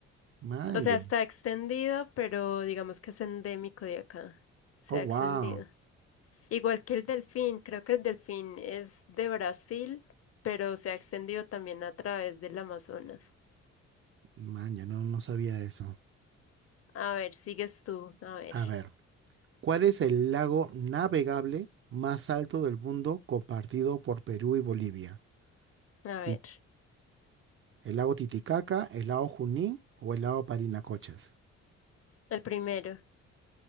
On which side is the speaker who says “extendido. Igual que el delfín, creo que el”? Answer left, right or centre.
Left